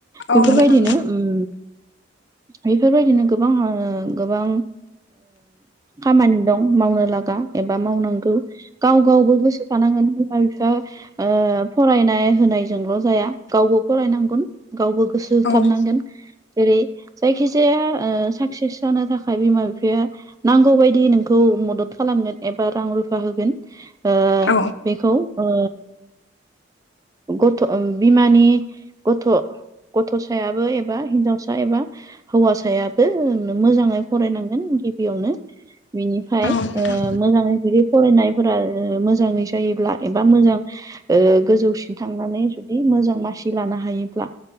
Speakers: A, on the left; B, on the right.
A: औ
B: बेफोरबायदिनो
A: नोंथां नंगौ
B: उम बेफोरबायदिनो गोबां गोबां खामानि दं मावनो लागा एबा मावनांगौ गाव गावबो गोसो थानांगोन बिमा बिफा फरायनाय होनायजोंल' जाया गावबो फरायनांगोन। गावबो गोसो होथाबनांगोन।
A: औ
B: जेरै जायखिजाया साक्सेस जानो थाखाय बिमा बिफाया नांगौ बायदि नों खौ मदद खालामगोन एबा रां रुफा होगोन। ओ
A: औ
B: बेखौ ओ गथ' बिमानि गथ' गथ'सायाबो एबा हिनजावसा एबा हौवासायाबो मोजाङै फरायनांगोन गिबियावनो। बिनिफ्राय
A: नोंथां
B: मोजाङै जुदि फरायनायफोरा मोजाङै जायोब्ला एबा मोजां गोजौसिन थांनानै जुदि मोजां मासि लानो हायोब्ला